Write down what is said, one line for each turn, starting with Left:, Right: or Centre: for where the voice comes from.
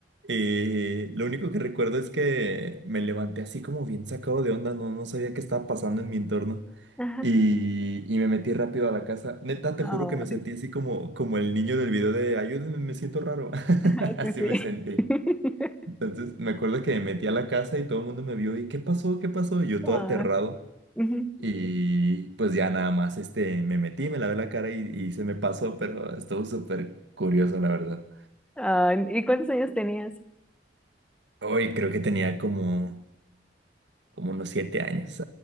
Right: Eh, lo único que recuerdo es que me levanté así como bien sacado de onda, no, no sabía qué estaba pasando en mi entorno.
Centre: Ajá.
Right: Y, y me metí rápido a la casa. Neta, te
Centre: Ay,
Right: juro que me sentí así como, como el niño del video de ayúdenme, me siento raro. <laughs>
Centre: <laughs> ajá,
Right: Así
Centre: sí, sí.
Right: me sentí.
Centre: <laughs>
Right: Entonces me acuerdo que me metí a la casa y todo el mundo me vio y ¿qué pasó? ¿Qué pasó? Y yo todo
Centre: ah
Right: aterrado.
Centre: ujú.
Right: Y pues ya nada más este, me metí, me lavé la cara y, y se me pasó, pero estuvo súper curioso, la verdad.
Centre: Ay, ¿y cuántos años tenías?
Right: Hoy creo que tenía como, como unos siete años.